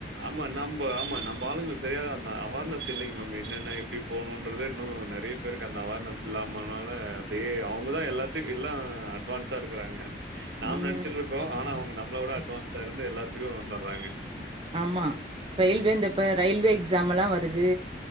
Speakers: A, on the right (about 70°); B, on the right (about 30°).
A: ஆமா நம்ப ஆமா நம்ப ஆளுங்களுக்கு சரியான அந்த அவார்னஸ் இல்லைங்க மேம் என்னென்ன எப்டி போணுன்றதே இன்னு நெறைய பேருக்கு அந்த அவார்னஸ் இல்லாமனால அப்டியே அவ் அவங்கதா எல்லாத்து எல்லா அட்வான்ஸா இருக்குறாங்க நாம
B: ம்
A: நெனைச்சிட்டு இருக்கோ ஆனா அவங்க நம்ள விட அட்வான்ஸா இருந்து எல்லாத்துக்கு வந்தட்றாங்க
B: ஆமா ரயில்வே இந்த இப்ப ரயில்வே எக்ஸ் எக்ஸாம் எல்லா வருது